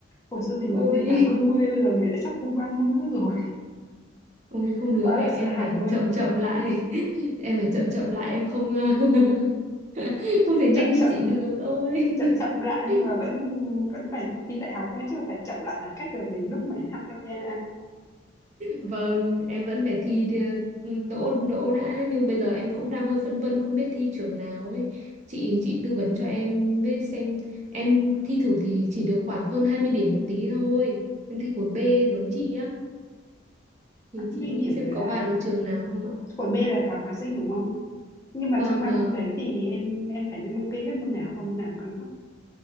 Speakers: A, on the left; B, on the right.
A: hồi xưa mình
B: Ôi
A: mới mười tám đôi mươi bây giờ mình lại sắp u 30 mất rồi
B: Ôi
A: <laughs>
B: không được
A: quá
B: em
A: là sợ
B: em
A: hãi
B: phải
A: luôn
B: chậm chậm lại <laughs> em phải chậm chậm lại em không ờ, <laughs> không thể nhanh
A: chậm chậm
B: như chị được ôi
A: chậm chậm lại
B: <laughs>
A: nhưng mà vẫn vẫn phải thi đại học ấy chứ phải chậm lại bằng cách về mình lúc mấy năm đâu nha
B: vâng em vẫn phải thi ờ, đỗ đỗ đã nhưng bây giờ em cũng đang hơi phân vân không biết thi trường nào ấy chị chị tư vấn cho em biết xem em thi thử thì chỉ được khoảng hơn 20 điểm một tí thôi em thi khối B giống chị á thì
A: 80
B: chị nghĩ
A: điểm
B: xem
A: là
B: có vào được trường nào không ạ
A: khối B là toàn hóa sinh đúng không nhưng mà
B: vâng
A: trong ba
B: vâng
A: môn đấy thì em em thấy em ok nhất môn nào và môn nào cũng cần cấp